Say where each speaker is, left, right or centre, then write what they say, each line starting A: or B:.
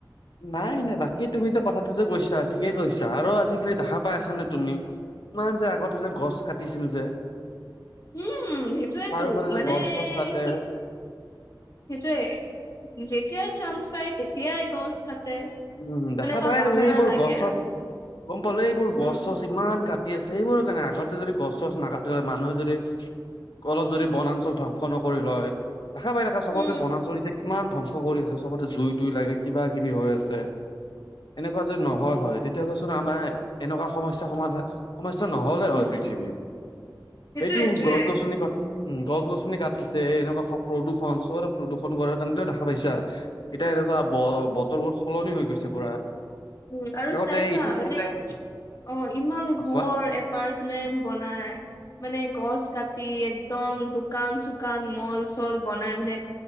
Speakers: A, on the left; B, on the left.
A: নাই নাই বাকী তুমি যে কথাটো যে কৈছা ঠিকেই কৈছা আৰু আজি খালি দেখা পাই আছা নে তুমি কিমান যে আগতে যে গছ কাটিছিল যে
B: উম সেইটোয়েতো
A: চাৰিওফালে যে
B: মানে
A: গছ চছ কাটে
B: কি সেইটোয়ে যেতিয়াই চান্স পায় তেতিয়াই গছ কাটে-
A: উম
B: মানে
A: দেখা
B: এটা
A: পাইথাকো
B: বাহানা
A: এইবোৰ
B: লাগে
A: গছ চছ
B: আৰু
A: গম পালো এইবোৰ
B: উম
A: গছ চছ ইমান কাট টি আছে সেইবোৰৰ কাৰণে আগতে যদি গছ চছ নাকাটিলে হয় মানুহে যদি অলপ যদি বনাঞ্চল ধ্বংস নকৰিল হয় দেখা পাই
B: উম
A: চবতে বনাঞ্চল এতিয়া কিমান ধ্বংস কৰি আছে চবতে জুই তুই লাগে কিবা কিবি হৈ আছে এনেকুৱা যদি নহল হয় তেতিয়াহলে চোন আমাৰ এনেকুৱা সমস্যা সমাধান সমস্যা নহ'লে
B: উম
A: হয় পৃথিৱীত
B: সেইটোয়ে
A: এইটো
B: সেইটোয়ে
A: গছ গছনি কটা উম গছ গছনি কাটিছে এনেকুৱা প্ৰদূষণ চবতে প্ৰদূষণ কৰাৰ কাৰণেতো এটা দেখা পাইছা এতিয়া এনেকুৱা ব বতৰবোৰ সলনি হৈ গৈছে পুৰা।
B: উম আৰু
A: আগতে
B: চাইছা
A: এইটো
B: মানে অ ইমান ঘৰ
A: কোৱা
B: এপাৰ্টমেন্ট বনাই মানে গছ কাটি একদম দোকান -চোকান, মল-চল বনাই মানে